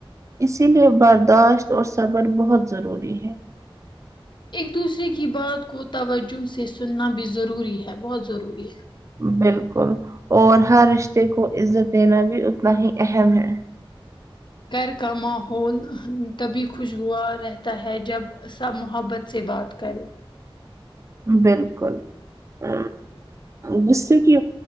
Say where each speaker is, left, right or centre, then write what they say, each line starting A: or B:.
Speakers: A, on the right (about 35°); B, on the left (about 55°).
A: اسی لیے برداشت اور صبر بہت ضروری ہے
B: ایک دوسرے کی بات کو توجہ سے سننا بھی ضروری ہے بہت ضروری ہے
A: بالکل اور ہر رشتے کو عزت دینا بھی اتنا ہی اہم ہے
B: گھر کا ماحول تبھی خوشبوا رہتا ہے جب سب محبت سے بات کریں
A: بالکل ا گے کی